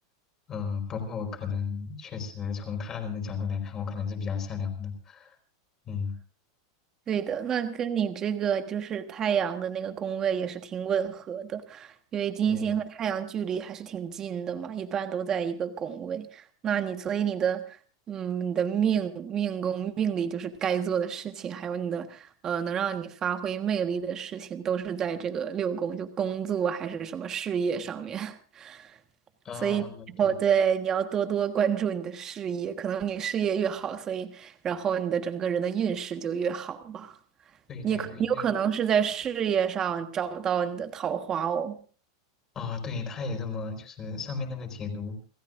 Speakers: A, on the left; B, on the right.
A: 嗯，不过我可能确实从他人的角度来看，我可能是比较善良的，嗯，
B: 对的，那跟你这个就是太阳的那个宫位也是挺吻合的，因为金星和太阳距离还是挺近的嘛，
A: 对，
B: 一般都在一个宫位。那你所以你的，嗯，你的命命宫命里就是该做的事情，还有你的呃能让你发挥魅力的事情，都是在这个六宫，就工作还是什么事业上面。<laughs>
A: 啊，
B: 所以以后对你要多多关注你的事业，
A: 对，
B: 可能你事业越好，所以然后你的整个人的运势就越好吧。
A: 对对对，
B: 你可你有可能是在事业上找到你的桃花哦，
A: 因为啊，对，他也这么，就是上面那个解读，